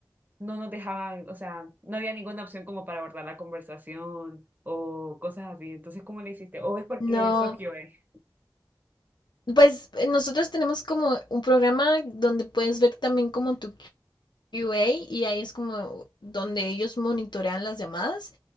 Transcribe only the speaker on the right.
no nos dejaban, o sea, no había ninguna opción como para guardar la conversación o cosas así. Entonces, ¿cómo le hiciste? ¿O es porque
sos QA?